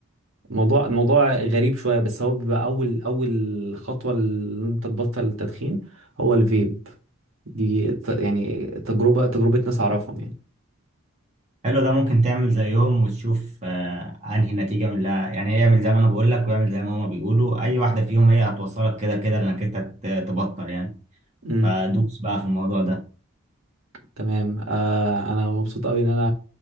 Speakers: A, on the right (about 70°); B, on the right (about 30°).
A: الموضوع الموضوع غريب شوية بس هو بيبقى اول اول خطوة ان انت تبطل التدخين هو الفيب دي ت- يعني تجربة تجربة ناس اعرفهم
B: حلو ده ممكن تعمل زيهم وتشوف آه، انهي نتيجة من لا يعني ايه يعمل زي ما انا بقول لك ويعمل زي ما هما بيقولوا اي واحدة فيهم هي هتوصلك كده كده انك انت ت- تبطل يعني
A: يعني
B: فدوس بقى في الموضوع ده
A: تمام آه انا مبسوط قوي ان انا